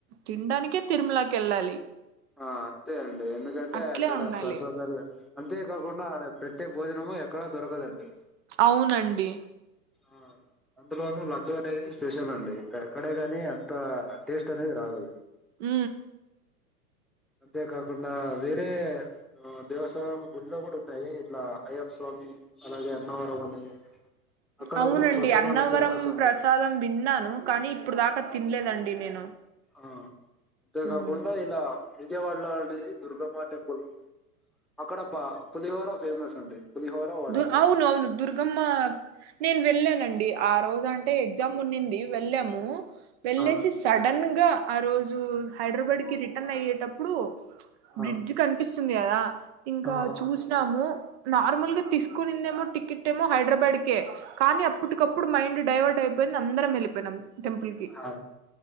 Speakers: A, on the right; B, in the centre.
A: తిండానికే తిరుమలాకి వెళ్ళాలి.
B: ఆ అంతే అండి ఎందుకంటే
A: అట్లే
B: అక్కడ
A: ఉండాలి
B: ప్రసాదాలు అంతే కాకుండా ఆడ పె ట్టే భోజనమూ ఎక్కడా దొరకదండి
A: ఔనండి
B: ఆ అందులోనూ లడ్డు అనేది స్పెషల్ అండి ఇంకా ఎక్కడే గానీ అంత టేస్ట్ అనేది రాదు
A: ఊ
B: అంతే కాకుండా వేరే ఆ దేవస్థానం గుడిలో కూడా ఉన్నాయి ఇట్లా అయ్య స్వామి అలాగే అన్నవరం అని అక్కడ
A: అవునండి
B: కూడా ప్రసాదాలు
A: అన్నవరం
B: ఫేమస్ అండి
A: ప్రసాదం విన్నాను కానీ ఇప్పుడు దా ట తిన్లేదండి నేను
B: ఆ అంతే కాకుండా
A: ఉమ్
B: ఇలా విజయవాడలో అనేది దుర్గమ్మ టెంపుల్ అక్కడ ప పులిహోర ఫేమస్ అండి పులిహోర వడ
A: దు
B: అనేది
A: అవును అవును దుర్గమ్మ నేను వెళ్ళే నండి ఆ రోజంటే ఎగ్జామ్ ఉనింది వెళ్ళాము వెళ్ళేసి
B: ఆ
A: సడన్ గా ఆ రోజు హైదరాబాద్ కి రిటర్న్ అయ్యేటప్పుడు
B: ఆ
A: బ్రిడ్జ్ కనిపిస్ తుంది కదా ఇంకా
B: ఆ అవునండి
A: చూసినాము నార్మల్గా తీసుకునిందేమో టికెట్ ఏమో హైదరాబాద్కే కానీ అప్పటికప్పుడు మైండ్ డైవర్ట్ అయిపోయింది అందరం వెళ్ళిపోయినాం టెంపుల్ కి
B: ఆ